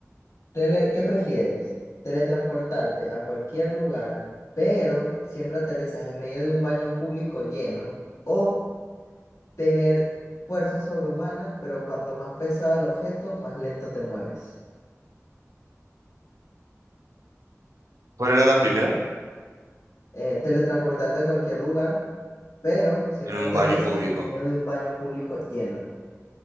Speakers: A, on the left (about 75°); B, on the right (about 85°).
A: Tele- ¿qué prefieres? Teletransportarte a cualquier lugar, pero siempre aterrizas en medio de un baño público lleno, o tener fuerza sobrehumana, pero cuanto más pesado el objeto, más lento te mueves.
B: ¿Cuál era la primera?
A: Eh, teletransportarte a cualquier lugar, pero siempre
B: En un
A: aterrizas
B: baño público.
A: en medio de un baño público lleno.